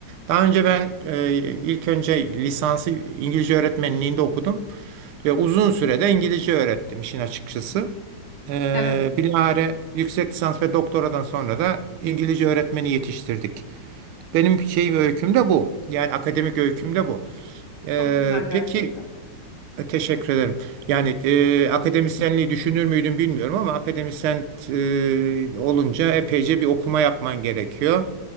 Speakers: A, on the right; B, on the left.
A: Daha önce ben e, ilk önce lisansı İngilizce öğretmenliğinde okudum ve uzun sürede İngilizce öğrettim işin açıkçası. Ee,
B: evet.
A: bilahare yüksek lisans ve doktoradan sonra da İngilizce öğretmeni yetiştirdik. Benim şeyim öyküm de bu. Yani akademik öyküm de bu. Ee,
B: Çok güzel gerçekten.
A: peki e, teşekkür ederim. Yani e, akademisyenliği düşünür müydüm bilmiyorum ama akademisyen e, olunca epeyce bir okuma yapman gerekiyor.